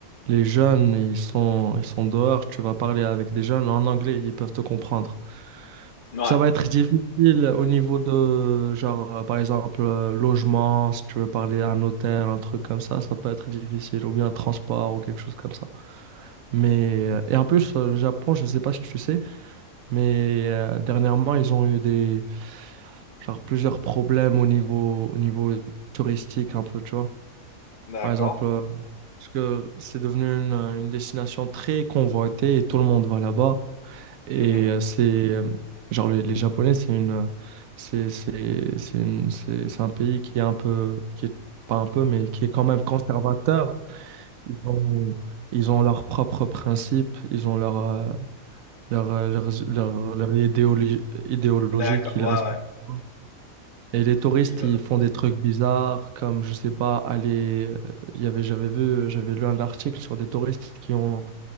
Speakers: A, on the right; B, on the left.
A: les jeunes, ils sont, ils sont dehors, tu vas parler avec des jeunes en anglais, ils peuvent te comprendre.
B: Ouais,
A: Ça va être difficile au niveau de, genre, euh, par exemple, euh, logement, si tu veux parler à un hôtel, un truc comme ça, ça peut être difficile, ou bien transport, ou quelque chose comme ça. Mais, euh, et en plus, euh, le Japon, je sais pas si tu sais, mais euh, dernièrement, ils ont eu des genre plusieurs problèmes au niveau au niveau touristique un peu, tu vois.
B: d'accord.
A: Par exemple, euh, parce que c'est devenu une, euh, une destination très convoitée et tout le monde va là-bas. Et
B: Mhm.
A: euh, c'est euh, genre les, les Japonais, c'est une euh, c'est c'est c'est une- c'est c'est un pays qui est un peu qui est pas un peu mais qui est quand même conservateur. Ils ont ils ont leurs propres principes, ils ont leur euh, leur, euh, leurs- leur- leur idéologie, idéologie
B: D'accord,
A: qu'ils
B: ouais,
A: respectent.
B: ouais.
A: pas. Et les touristes,
B: Il va-
A: ils font des trucs bizarres, comme, je sais pas, aller... euh, il y avait, j'avais vu, j'avais lu un article sur des touristes qui ont,